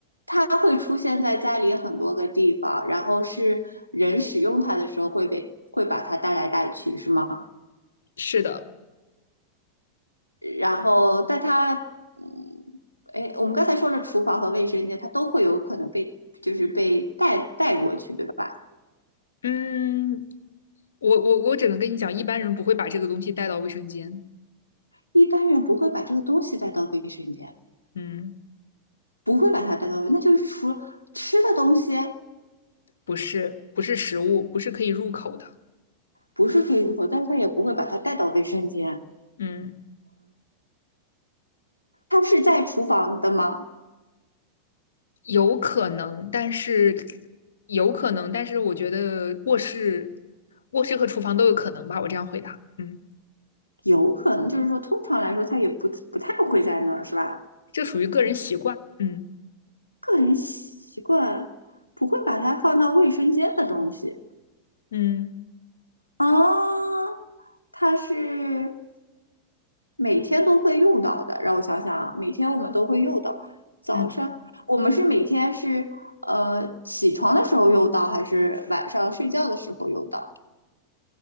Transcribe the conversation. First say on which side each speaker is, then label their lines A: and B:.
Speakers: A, on the left (about 85°); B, on the left (about 65°).
A: 它会出现在家里很多个地方，然后是人使用它的时候会被会把它带来带去，是吗？
B: 是的，
A: 然后，但它，嗯，哎，我们刚才说了厨房和卫生间，它都会有可能被就是被带带过去，对吧？
B: 嗯，我我我只能跟你讲，一般人不会把这个东西带到卫生间。
A: 一般人不会把这个东西带到卫生间，
B: 嗯，
A: 不会把它带到，那就是除了吃的东西
B: 不是，不是食物，不是可以入口的。
A: 不是可以入口，但是他也不会把它带到卫生间。
B: 嗯，
A: 它是在厨房的吗？
B: 有可能，但是有可能，但是我觉得卧室、卧室和厨房都有可能吧。我这样回答，嗯，
A: 有可能，就是说，通常来说，它也不不太会在那儿，是吧？
B: 这属于个人习惯，嗯
A: 个人习惯不会把它放到卫生间的东西
B: 嗯
A: 啊，它是每天都会用到的。让我想想啊，每天我们都会用到。早上我们是每天是呃起床的时候用到，
B: 嗯。
A: 还是晚上睡觉的时候用到？